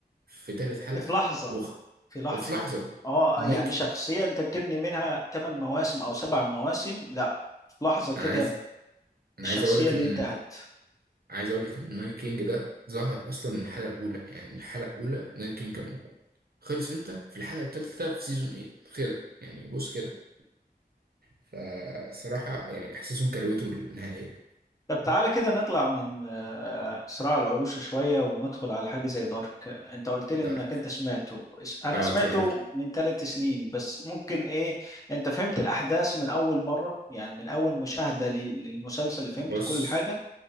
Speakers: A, on the right; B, on the left.
A: في تالت حلقة
B: في لحظة
A: وخ...
B: في لحظة
A: وفي لحظة
B: اه
A: النايت
B: آه، يعني
A: كي-
B: شخصية انت بتبني منها 8 مواسم او سبع مواسم لا في لحظة كده
A: أنا عايز أنا
B: الشخصية
A: عايز أقول لك
B: دي
A: إن
B: انتهت
A: عايز أقول لك إن النايت كينج ده ظهر أصلا من الحلقة الأولى يعني من الحلقة الأولى النايت كينج كان موجود خلص إمتى؟ في الحلقة التالتة في سيزون 8 كده يعني بص كده فصراحة يعني إحساسهم كروته النهائية
B: طب تعالى كده نطلع من آه، صراع العروش شوية وندخل على حاجة زي دارك انت قلت
A: دارك
B: لي انك انت سمعته اس- انا
A: أه
B: سمعته
A: اتفرجت
B: من ثلاث سنين بس ممكن ايه انت فهمت الاحداث من اول مرة يعني من اول مشاهدة ل- للمسلسل فهمت
A: بص
B: كل حاجة